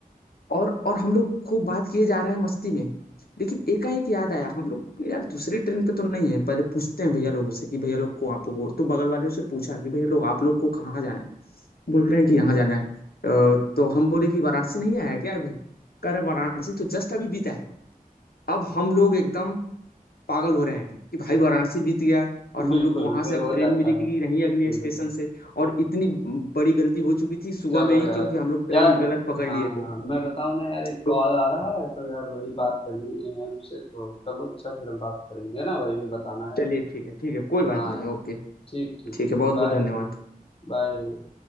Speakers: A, on the left (about 85°); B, on the left (about 35°).
A: और और हम लोग खूब बात किए जा रहे हैं मस्ती में लेकिन एकाएक याद आया हम लोग यार दूसरी ट्रेन पे तो नहीं है पहले पूछते हैं भैया लोगों से कि भैया लोग को आप वो तो बगल वाले से पूछा कि भैया लोग आप लोग को कहाँ जाना है बोल रहे हैं कि यहाँ जाना है अ, तो हम बोले कि वाराणसी नहीं आया क्या अभी कह रहे हैं, वाराणसी तो जस्ट अभी बीता है अब हम लोग एकदम पागल हो रहे हैं कि भाई वाराणसी बीत गया और
B: बिल्कुल
A: हम लोग को वहां
B: बिल्कुल
A: से अब
B: हो
A: ट्रेन
B: जाता
A: मिलेगी
B: है हम्म
A: नहीं अगले स्टेशन से और इतनी बड़ी गलती हो चुकी थी सुबह
B: चलो
A: में ही
B: यार
A: क्योंकि हम लोग ट्रेन
B: यार
A: गलत पकड़
B: हाँ
A: लिए
B: हाँ
A: थे
B: मैं बताऊँ ना यार एक कॉल
A: तो
B: आ रहा है तो यार वही बात करनी है हमसे तो चलो अच्छा फिर हम बात करेंगे ना भाई फिर बताना यार
A: चलिए ठीक है ठीक है कोई बात
B: हाँ
A: नहीं
B: यार
A: ओके
B: ठीक ठीक
A: ठीक
B: ठीक
A: है बहुत
B: बाय
A: बहुत धन्यवाद
B: Bye.